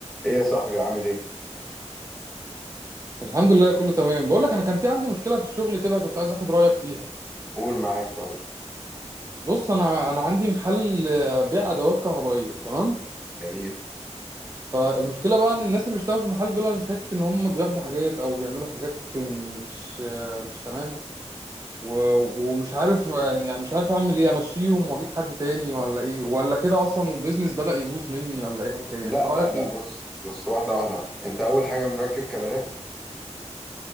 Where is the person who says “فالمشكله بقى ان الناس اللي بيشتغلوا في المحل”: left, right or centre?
Right